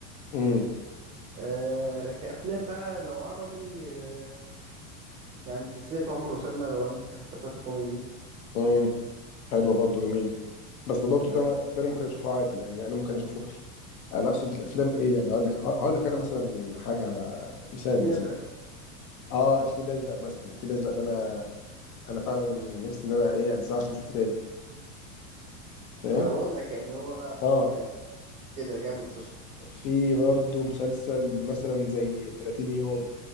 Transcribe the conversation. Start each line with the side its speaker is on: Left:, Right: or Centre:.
Left: امم
Right: آه كأفلام بقى لو عربي آه، يعني سلسلة عمر وسلمى لو هنمسك حتى بتاعت الكوميدي دي
Left: امم حلوه برضو جميله بس ده برضو
Right: آه،
Left: ده, ده انا ممكن اشوفه عادي يعني انا ممكن اشوفه انا اقصد الافلام ايه يعني هقول لك هقول لك انا مثلا حاجه مثال
Right: الأزرق
Left: مثلا اه الفيل الازرق مثلا الفيل الازرق ده انا انا فعلا نفسي ان انا ايه انساه عشان اشوفه تاني فاهم
Right: أنا بقول لك يعني هو فيلم
Left: اه
Right: كده جامد فشخ
Left: في برضو مسلسل مثلا زي 30 يوم